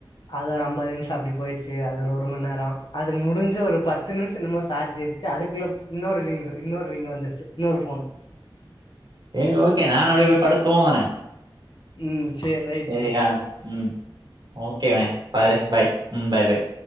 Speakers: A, on the left (about 60°); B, on the right (about 50°).
A: அது ஒரு அம்பது நிமிஷ அப்டி போயிடுச்சி அது ஒரு ஒருமண்நேர அது முடிஞ்சு ஒரு பத்து நிமிஷ என்னமோ சார்ஜ் ஏறுச்சி அதுக்குள்ள இன்னொரு ரிங்கு இன்னொரு ரிங்க வந்துருச்சு இன்னொரு ஃபோன்
B: சரி ஓகே நானு அப்டியே போய் படுத்து தூங்குறே
A: ம் சேரி ரைட்டு
B: சரியா ம் ஓகே வெ பாரு பாய் ம் பாய் பாய்